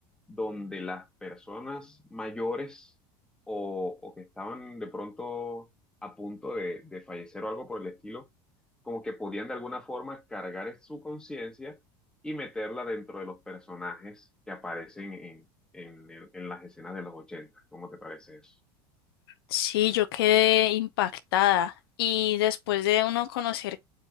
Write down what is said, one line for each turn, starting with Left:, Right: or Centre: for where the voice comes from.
Centre: donde las personas mayores o, o que estaban de pronto a punto de, de fallecer o algo por el estilo, como que podían de alguna forma cargar su conciencia y meterla dentro de los personajes que aparecen en, en, en las escenas de los ochenta ¿Cómo te parece eso?
Left: Sí, yo quedé impactada y después de uno conocer